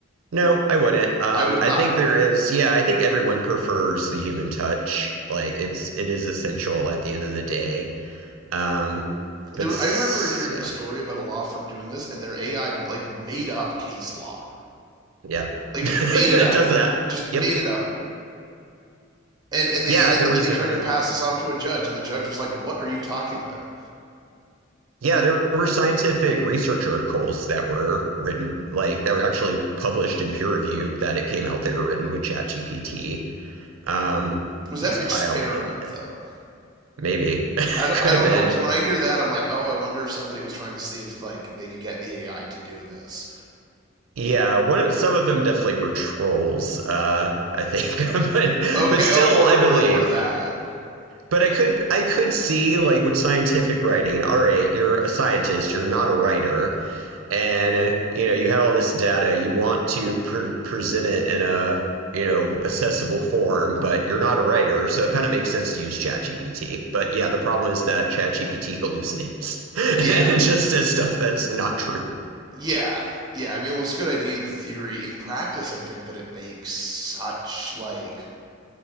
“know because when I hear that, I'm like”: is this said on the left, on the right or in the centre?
Right